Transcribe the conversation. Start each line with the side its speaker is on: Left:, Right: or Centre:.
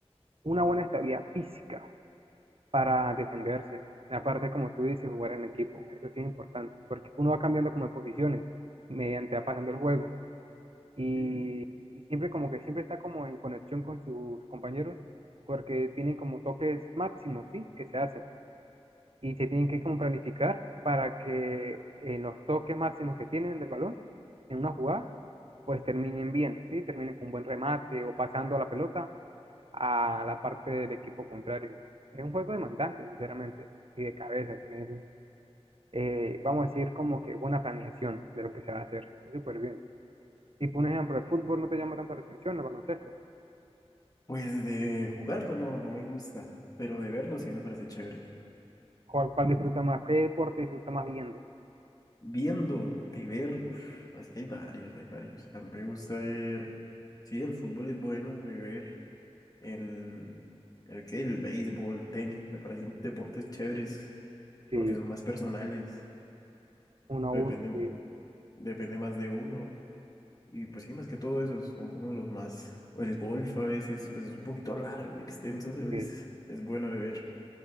Right: una buena estabilidad física para defenderse. Aparte, como tú dices, jugar en equipo. Eso sí es importante, porque uno va cambiando como de posiciones mediante va pasando el juego. Y,
Left: Y,
Right: y siempre como que siempre está como en conexión con sus compañeros, porque tienen como toques máximos, ¿sí? Que se hacen. y se tienen que como planificar para que en los toques máximos que tienen del balón en una jugada, pues terminen bien, ¿sí? Terminen con un buen remate o pasando la pelota a la parte del equipo contrario. Es un juego demandante, sinceramente, y de cabeza, tener, eh, vamos a decir, como que buena planeación de lo que se va a hacer. Es súper bien. Si por ejemplo, el fútbol no te llama tanto la atención, el baloncesto.
Left: Pues de jugarlo no, no me gusta, pero de verlo sí me parece chévere.
Right: ¿Cuál, cuál disfruta más? ¿Qué deporte disfruta más viendo?
Left: Viendo, de ver, uf, es que hay varios, hay varios. A mí me gusta ver, sí, el fútbol es bueno de ver, el, el que, el béisbol, tenis, me parecen deportes chéveres
Right: Sí,
Left: porque son más personales, eso
Right: uno a
Left: depende,
Right: uno, sí.
Left: depende más de uno. Y pues sí, más que todo esos son como los más, o el golf a veces, pues es un poquito largo, extenso, pero
Right: sí.
Left: es, es bueno de ver.